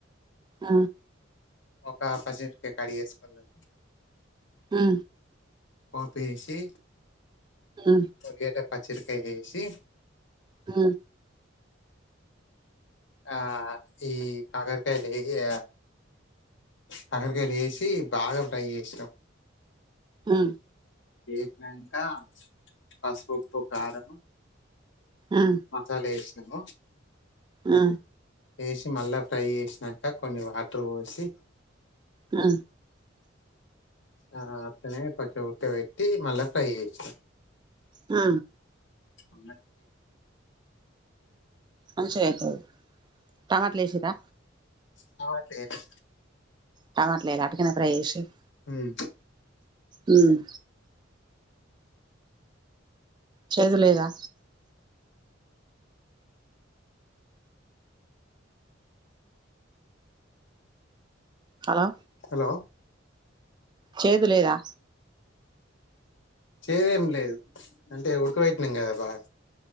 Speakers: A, on the right; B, on the left.
A: ఆ
B: ఒక్క పచ్చిమిరపకాయ కట్ చేసుకున్నాం
A: ఆ
B: పోపేసి
A: ఆ
B: ఉల్లిగడ్డ పచ్చిమిరపకాయ వేసి
A: హ
B: ఆ ఈ కాకరకాయలు వేసి కాకరకాయలు వేసి బాగా ఫ్రై చేసినం
A: ఆ
B: ఏగాక పసుపు కారం
A: ఆ
B: మసాలా ఏసినం
A: ఆ
B: వేసి మళ్ళా ఫ్రై చేసినాక కొన్ని వాటర్ పోసి
A: ఆ
B: ఆ అట్లనే కొంచంఉడకపెట్టి మళ్ళా ఫ్రై చేసం
A: ఆ
B: అ
A: అంతే అయితది టమాటలు వేసరా
B: టమాటలు ఎయ్యాలే
A: టమాట వెయ్యలే అట్టిగానే ఫ్రై చేచిన్రు
B: ఉమ్,
A: మ్మ్ చేదులేదా హలో
B: హలో
A: చేదు లేదా
B: చేదేం లేదు అంటే ఉడకబెట్టినాం కదా బాగా